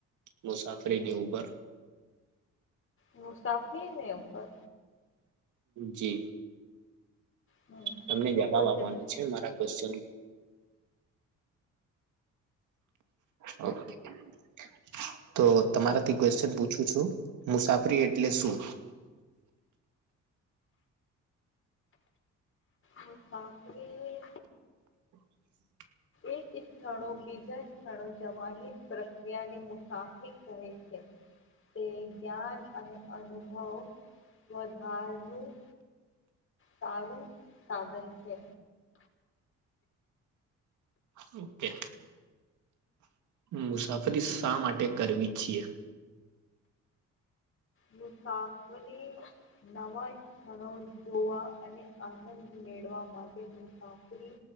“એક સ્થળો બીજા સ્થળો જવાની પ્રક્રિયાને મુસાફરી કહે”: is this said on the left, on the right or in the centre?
Left